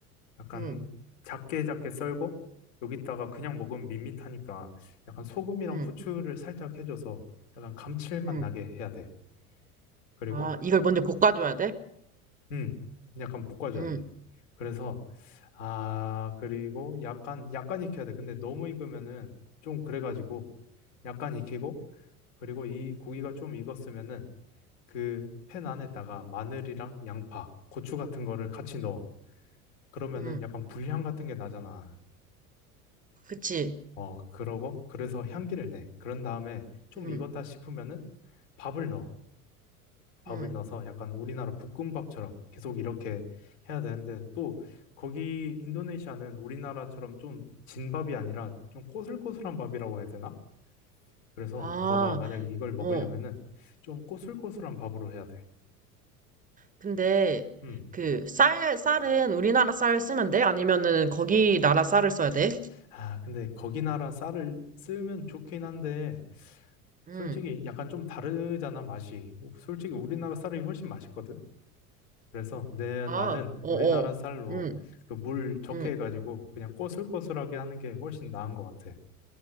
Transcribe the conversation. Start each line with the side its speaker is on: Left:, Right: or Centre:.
Left: 약간
Right: 응,
Left: 작게 작게 썰고, 여기다가 그냥 먹으면 밋밋하니까 약간 소금이랑
Right: 응,
Left: 후추를 살짝 해줘서 약간 감칠맛
Right: 응.
Left: 나게 해야 돼. 그리고,
Right: 아, 이걸 먼저 볶아줘야 돼?
Left: 음, 약간 볶아줘야
Right: 응,
Left: 돼. 그래서, 아, 그리고 약간, 약간 익혀야 돼. 근데 너무 익으면은 좀 그래가지고, 약간 익히고, 그리고 이 고기가 좀 익었으면은 그 팬 안에다가 마늘이랑 양파, 고추 같은 거를 같이 넣어. 그러면은
Right: 응.
Left: 약간 불향 같은 게 나잖아.
Right: 그치.
Left: 어, 그러고 그래서 향기를 내. 그런 다음에 좀
Right: 응,
Left: 익었다 싶으면은 밥을 넣어. 밥을
Right: 응.
Left: 넣어서 약간 우리나라 볶음밥처럼 계속 이렇게 해야 되는데 또 거기 인도네시아는 우리나라처럼 좀 진밥이 아니라 좀 꼬슬꼬슬한 밥이라고 해야 되나? 그래서
Right: 아,
Left: 너가 만약에 이걸 먹으려면은
Right: 어.
Left: 좀 꼬슬꼬슬한 밥으로 해야 돼.
Right: 근데,
Left: 음.
Right: 그, 쌀, 쌀은 우리나라 쌀 쓰면 돼? 아니면은 거기 나라 쌀을 써야 돼?
Left: 아, 근데 거기 나라 쌀을 쓰면 좋긴 한데,
Right: 응.
Left: 솔직히 약간 좀 다르잖아, 맛이. 솔직히 우리나라 쌀이 훨씬 맛있거든? 그래서 내,
Right: 아,
Left: 나는
Right: 어어.
Left: 우리나라 쌀로
Right: 응,
Left: 그 물 적게
Right: 응.
Left: 해가지고 그냥 꼬슬꼬슬하게 하는 게 훨씬 나은 것 같아.